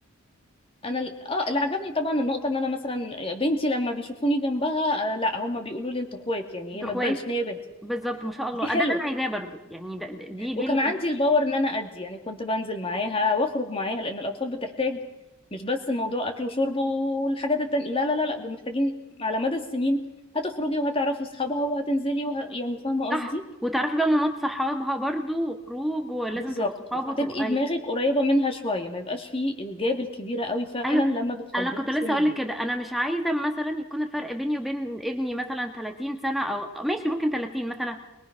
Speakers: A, on the left (about 25°); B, in the centre.
A: انا ال- اه اللي عجبني طبعا النقطه ان انا مثلا بنتي لما بيشوفوني جنبها آه لا هم بيقولوا لي انتوا اخوات يعني
B: انتوا
A: هي ما
B: اخوات
A: تبانش ان هي بنتي
B: بالظبط ما شاء الله
A: دي حلوه
B: آه، ده اللي انا عايزاه برضو يعني ده ده- دي دي
A: وكان
B: ال-
A: عندي الباور ان انا ادي يعني كنت بنزل معاها واخرج معاها لان الاطفال بتحتاج مش بس موضوع اكل وشرب والحاجات التانية لا لا لا لا دول محتاجين على مدى السنين هتخرجي وهتعرفي اصحابها وهتنزلي وه... يعني فاهمه قصدي
B: صح وتعرفي بقى مامات صحابها برضو وخروج ولازم
A: بالظبط
B: تبقوا صحاب
A: فتبقي
B: وتبقوا
A: دماغك
B: اي
A: قريبه منها شويه ما يبقاش فيه الجاب الكبيره قوي فعلا
B: ايوه
A: لما بتخليكي
B: انا كنت
A: في
B: لسه
A: سن
B: اقول
A: كبير
B: لك كده انا مش عايزه مثلا يكون الفرق بيني وبين ابني مثلا 30 سنه او أو ماشي ممكن 30 مثلا